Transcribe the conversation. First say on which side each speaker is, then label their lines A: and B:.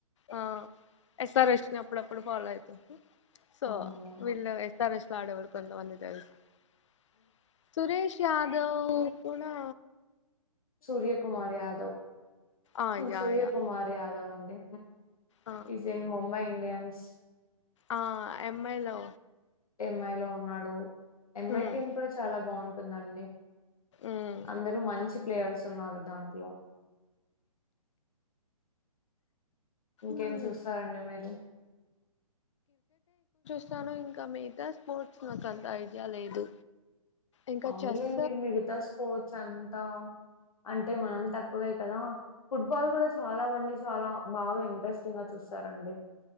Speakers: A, on the left; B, on the left.
A: ఆ ఎస్ఆర్ హెచ్ అప్పుడప్పుడు ఫాలో అవుతు సో
B: అవునా
A: వీళ్ళ ఎస్అర్ హెచ్ లో ఆడేవాళ్లు కొంత మంది <inaudible> సురేష్ యాదవ్ ఉనా
B: సూర్య కుమార్ యాదవ్
A: ఆ యా
B: సూర్య
A: యా
B: కుమార్ యాదవ్ డి
A: ఆ
B: ఇస్ ఇన్ ముంబై ఇండియన్స్ <inaudible>
A: ఆ ఎమ్ఐలో
B: ఎంఐ లో ఉన్నాడు ఎంఐ
A: ఉమ్
B: టీమ్ కూడా చాలా బాగుంటంది స్తుందండి
A: ఉమ్
B: అందరుూ మంచి ప్లేయర్స్ ఉన్నారు దాంట్లో ఇంకేం
A: ఉమ్
B: చూస్తారండి మీరు
A: సను ఇంకా మిగతా స్పోర్ట్స్ నాకు అంత ఐడియా లేదు ఇంకా
B: అవున్లైండి
A: చెస్
B: మిగతా స్పోర్ట్స్ అంతా అంటే మనం తక్కువే కదా ఫుట్బాల్ కూడా చాలా మంది చాలా బాగా ఇంట్రెస్టింగ్గా చూస్తారండి